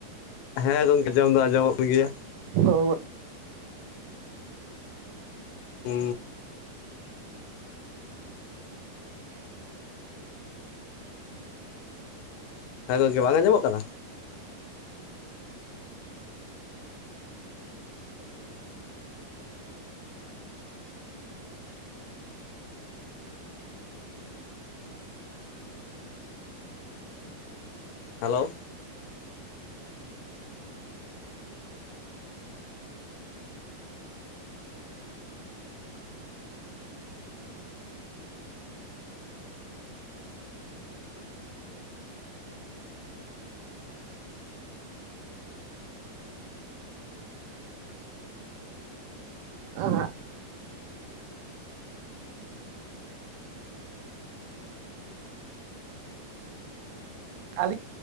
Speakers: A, on the left; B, on the right.
A: ᱦᱮᱸ ᱜᱚᱢᱠᱮ ᱟᱡᱚᱢ ᱫᱚ ᱟᱡᱚᱢᱚᱜ ᱠᱟᱱ ᱜᱮᱭᱟ᱾
B: <unintelligible>
A: ᱦᱩ᱾ ᱦᱮᱸ ᱜᱚᱢᱠᱮ ᱵᱟᱝ ᱟᱸᱡᱚᱢᱚᱜ ᱠᱟᱱᱟ? ᱦᱮᱞᱳ,
B: ᱮ ᱦᱮ᱾ <unintelligible>